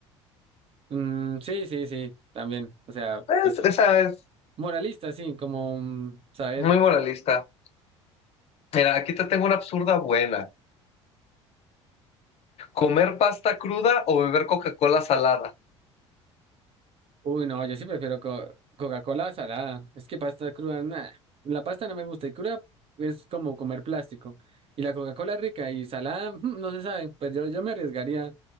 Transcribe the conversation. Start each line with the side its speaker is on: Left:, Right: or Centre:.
Right: Mm, sí, sí, sí, también. O sea,
Left: Es-
Right: pues,
Left: esa es
Right: moralista, sí, como mm, saber.
Left: muy moralista. Mira, aquí te tengo una absurda buena. ¿Comer pasta cruda o beber Coca-Cola salada?
Right: Uy, no, yo sí prefiero co- Coca-Cola salada. Es que pasta cruda, nada. La pasta no me gusta y cruda es como comer plástico. Y la Coca-Cola rica y salada, <laughs> mm, no se sabe. Pues yo, yo me arriesgaría.